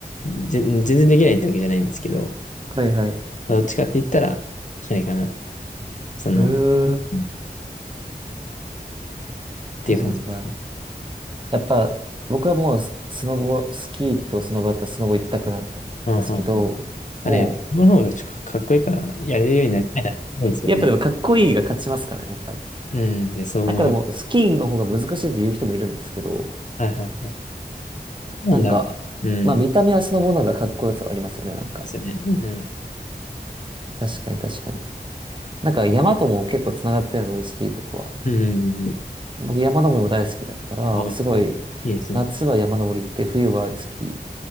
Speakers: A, on the left; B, on the right.
A: ぜ全然できないってわけじゃないんですけど、
B: はいはい。へ
A: どっちかって言ったら、それかな。その、
B: え、
A: うんっ
B: そうなんだ。
A: ていう感じですね。
B: やっぱ、僕はもうス、スノボ、スキーとスノボだったらスノボ一択なんですけど、
A: うんうんうんあれ、
B: も
A: やっぱ、その方がちょっとかっこいいから、やれるようになりたいなって思うんですよね。
B: う、やっぱでもかっこいいが勝ちますからね、やっぱり。
A: うん、で、そう思います。
B: なんかでも、スキーの方が難しいって言う人もいるんですけど、
A: はいはいはい。そうなんだ。
B: なんか、
A: うん。
B: まあ見た目はスノボの方がかっこよさはありますよね、
A: そう
B: なんか。
A: ですよね。うん。
B: 確かに確かに。なんか山とも結構つながってるので、スキーとかは。
A: うん。うん
B: 僕山登りも大好きだから、
A: はいはい。
B: すごい、
A: いいですね。
B: 夏は山登り行って、冬はスキー